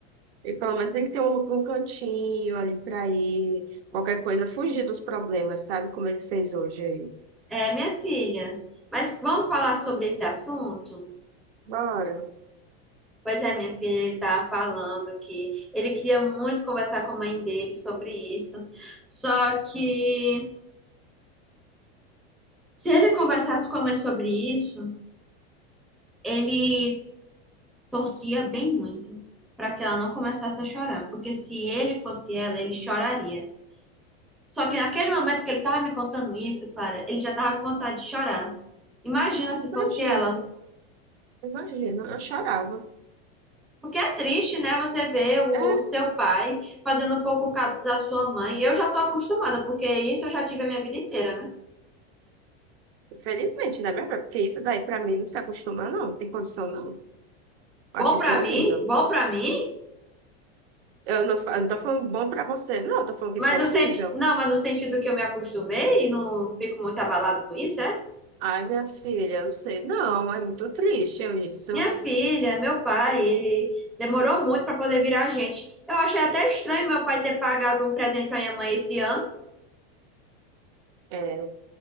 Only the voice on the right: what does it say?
E pelo menos ele tem um, um cantinho ali pra ir, qualquer coisa, fugir dos problemas, sabe? Como ele fez hoje aí.
Bora.
Imagino,
imagino. Eu chorava.
É,
Infelizmente, né, minha filha? Porque isso daí, pra mim, não se acostuma, não. Não tem condição, não. Eu acho
isso
horrível.
Eu não, fa- eu não tô falando bom pra você, não. Eu tô falando que
isso é horrível.
Ai, minha filha, eu não sei. Não, é muito triste eu isso.
É,